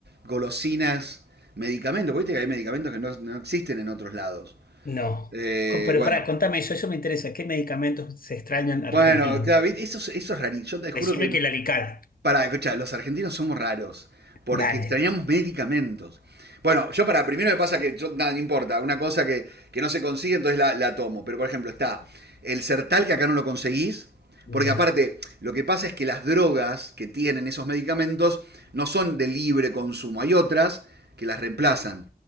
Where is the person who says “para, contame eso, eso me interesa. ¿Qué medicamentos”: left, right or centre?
Left